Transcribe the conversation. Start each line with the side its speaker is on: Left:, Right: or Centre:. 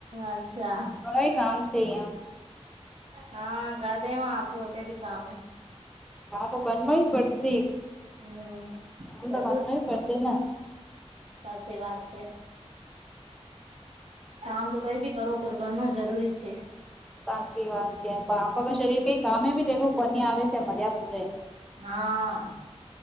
Right: અચ્છા
Centre: ઘણય કામ છે, અહિયાં
Right: હા કા દે આપ અટે ભી કામ હે
Centre: આ તો કરનોય પડશે
Right: હમ
Centre: આમ
Right: જરૂર
Centre: તો કરનુંય પડશે ને
Right: સાચી વાત છે. કામ તો કઈ ભી કરો પર કરનુ જરૂરી છે.
Centre: સાચી વાત છે પણ આપા શરીર કઈ કામે બી દેખું કોની આવે છે મર્યા પછે
Right: હા.